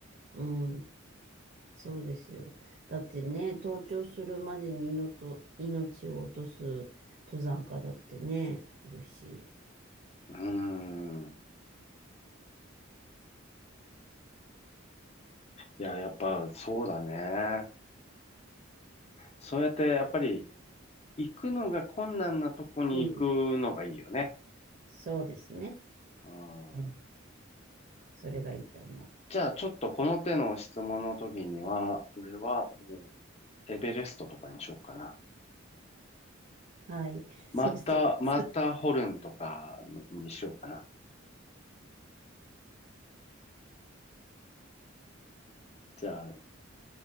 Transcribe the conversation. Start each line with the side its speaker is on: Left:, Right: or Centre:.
Right: うん、うんそうですよ。だってね、登頂するまでに命を、命を落とす登山家だってね、いるし。
Left: うーん。いや、やっぱそうだね。そうやってやっぱり行くのが困難なとこに行くのがいいよね。
Right: うん。そうですね。
Left: うん。
Right: うんそれがいいと思
Left: じゃあちょっとこの手の質問の時には、俺はもうエベレストとかにしようかな。
Right: う。はい。<laughs> そうしてくださ
Left: マッター、マッターホルンとかにしようかな。じゃあ、